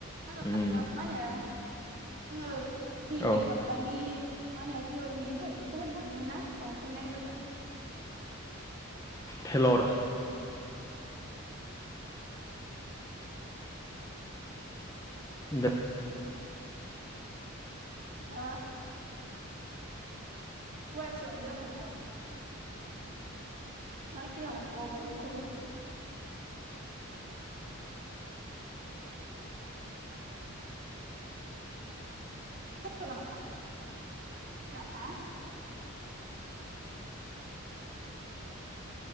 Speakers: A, on the right; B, on the left.
A: आंङो
B: उम
A: मा मा होनो आङो <unintelligible>
B: औ
A: माबानि मा होनो टेलरिनि इन्टारभिउ होनो थांदोंमोन ना बावसो नायबोदों
B: थेलर दा
A: हो गुवाहाटियानो जादोंमोन <unintelligible> बावबाय एखौबो <unintelligible> नामा हा